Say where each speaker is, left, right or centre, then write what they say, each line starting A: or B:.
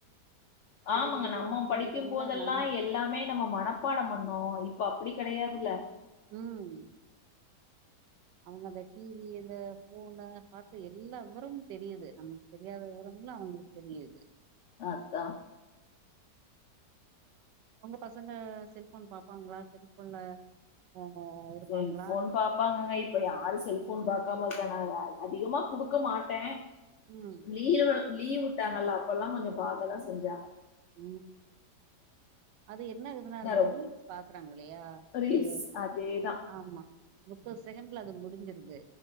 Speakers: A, on the left; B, on the right.
A: ஆமாங்க
B: குடுத்து
A: நம்ம
B: புரிகிறத
A: படிக்கு போதெல்லா
B: விட நம்ம
A: எல் எல்லாமே நம்ம மனப்பாடோ பண்ணோ இப்ப அப்டி கடையாதுல்ல
B: ம் அவங்க அந்த டிவி இந்த போனு பாத்து எல்லா விவரமு தெரியுது நமக்கு தெரியாத விவ எல்லா அவுங்ளுக் தெரியுது
A: அதா
B: உங்க பசங்க செல்போன் பாப்பாங்ளா செல்போன் ஆ எடுப்பாங்ளா
A: செல்ஃபோன் பாப்பாங்கங்க இப் இப்ப யாரு செல்போன் பாக்காம இருக்காங்க அதிகமா குடுக்க மாட்டே
B: ம்,
A: லீவு லீவ் உட்டாங்கல்ல அப்போலா கொஞ்சோ பாக்கதா செஞ்சாங்க
B: ம் அது என்னது
A: நரவு
B: அந்த ரீல்ஸ் பாக்குராங்கலையா
A: ரீல்ஸ்
B: ஒரு
A: அதேதா
B: ஆமா முப்பது செகண்ட்ல அது முடிஞ்சிருது